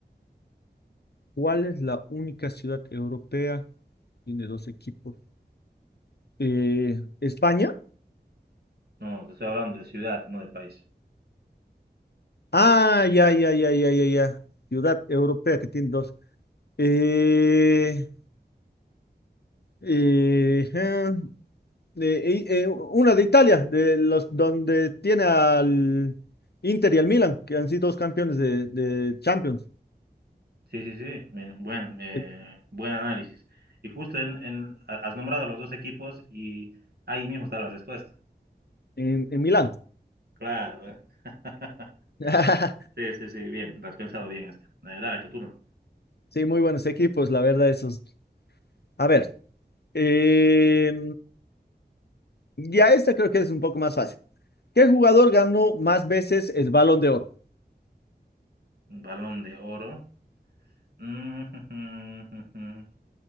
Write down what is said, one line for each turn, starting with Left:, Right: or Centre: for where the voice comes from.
Left: ¿Cuál es la única ciudad europea? Tiene dos equipos. Eh, España.
Right: No, no, te estoy hablando de ciudad, no de país.
Left: Ah, ya, ya, ya, ya, ya, ya. Ciudad europea que tiene dos. Eh, eh, eh, eh, eh, eh, una de Italia, de los donde tiene al Inter y al Milan, que han sido dos campeones de, de Champions
Right: Sí, sí, sí, me- buen, eh,
Left: en,
Right: buen análisis. Y justo en, en- ha- has nombrado a los dos equipos y ahí mismo está la respuesta.
Left: en- en Milán.
Right: Claro, ¿eh? <laughs>
Left: <laughs>
Right: Sí, sí, sí, bien, la has pensado bien esta. Eh, dale, tu turno.
Left: Sí, muy buenos equipos, la verdad, esos. A ver, eh, ya esta creo que es un poco más fácil. ¿Qué jugador ganó más veces el Balón de Oro?
Right: Balón de oro. Mm, <laughs>